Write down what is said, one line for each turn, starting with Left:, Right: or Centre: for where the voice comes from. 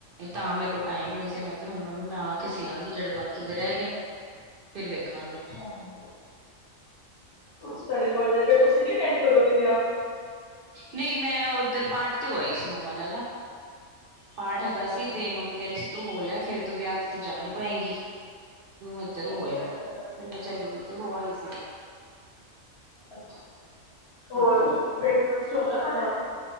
Right: ਤਾਂ ਮੇਰੇ ਕੋਲ ਟਾਈਮ ਹੀ ਨਹੀਂ ਸੀ, ਮੈਂ ਕਿਹਾ ਹੁਣ ਮੰਮੀ ਮੈਂ ਆ ਕੇ ਸੀ ਆ ਗੀ, ਜਿਹੜੇ ਬਾਕੀ ਦੇ ਰਹਿ ਗਏ ਨੇ ਫਿਰ ਵੇਖਾਂਗੇ
Left: ਹਾਂ ਤੁਹਾਡੇ ਮਰ ਜਾਏ, ਤੇ ਤੁਸੀਂ ਨੀ ਅਟੈਂਡ ਕਰੋਗੇ ਵਿਆਹ?
Right: ਨਹੀਂ ਮੈਂ ਉੱਧਰ, ਪਾਠ ਤੇ ਆਈ ਸੀ ਮੰਮਾ ਨਾਲ ਨਾ ਪਾਠ
Left: ਅੱਛਾ
Right: ਹੈਗਾ
Left: ਅੱਛਾ।
Right: ਸੀ, ਤੇ ਮੰਮੀ ਕਹਿ ਰਹੀ ਸੀ ਤੂੰ ਹੋ ਲੈ ਫਿਰ ਤੂੰ ਵਿਆਹ ਤੇ- ਤੇ ਜਾ ਨਹੀਂੀ ਪਾਏਂਗੀ ਇੱਧਰ
Left: ਹਾਂ
Right: ਹੋਆ,
Left: ਇਹ ਤਾਂ
Right: ਫਿਰ ਹੋ, ਆਈ ਸੀ ਮੈਂ
Left: ਅ ਹੋਰ
Right: ਹਾਂ।
Left: ਬ੍ਰੇਕਫਾਸਟ, ਹੋਗਾ ਤੁਹਾਡਾ?